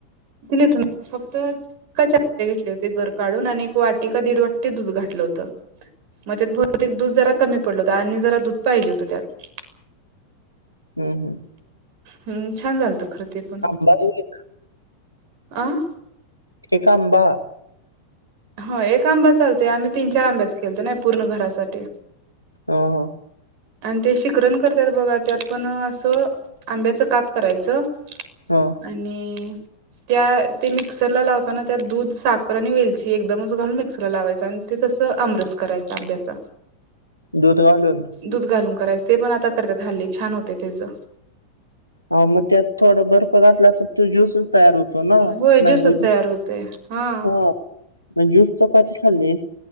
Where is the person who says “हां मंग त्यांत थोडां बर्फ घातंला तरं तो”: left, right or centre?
Left